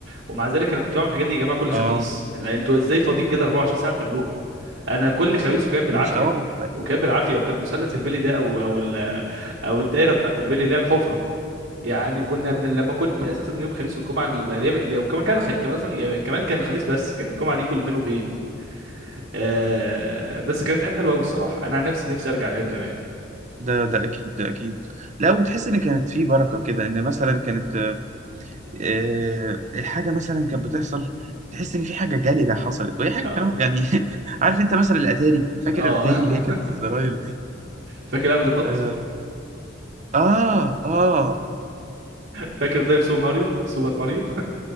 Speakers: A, on the right (about 55°); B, on the right (about 40°).
A: ومع ذلك انا كنت بعمل الحاجات دي يا جماعه كل خميس
B: آه
A: لا، انتوا ازاي فاضيين كده 24 ساعه بتعملوها انا كل خميس وكان بالعافيه
B: مش آه
A: وكان بالعافيه وكان مثلث البلي ده او او ال- او الدايره بتاعت البلي اللي هي الحفره يعني كنا بن... لما كنت اساسا يوم الخميس والجمعه اللي... وكمان كان خ... كمان خ... يعني كمان كان الخميس بس كان الجمعه دي كل فين وفين آه... بس كانت ايام حلوه قوي الصراحه انا عن نفسي نفسي ارجع لايام زمان
B: ده ده اكيد ده اكيد لا وتحس ان كانت في بركه كده ان مثلا كانت آه، الحاجه مثلا كانت بتحصل تحس ان في حاجه جليله حصلت وهي حاجه
A: اه
B: كلام يعني <laughs> عارف انت مثلا الاتاري فاكر
A: اه
B: الاتاري اللي هي
A: <laughs>
B: كانت الزراير دي
A: فاكر لعبه البط
B: اه اه اه
A: فاكر طيب سوبر ماريو سوبر ماريو